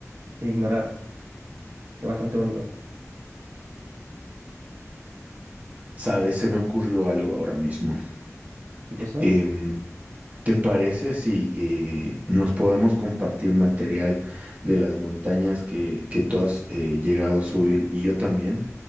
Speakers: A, on the right; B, on the right.
A: eh, ignorar. Es bastante bonito.
B: Sabes, se me ocurrió algo ahora mismo.
A: ¿Qué cosa?
B: Em, ¿Te parece si eh, nos podemos compartir material de las montañas que, que tú has eh, llegado a subir y yo también?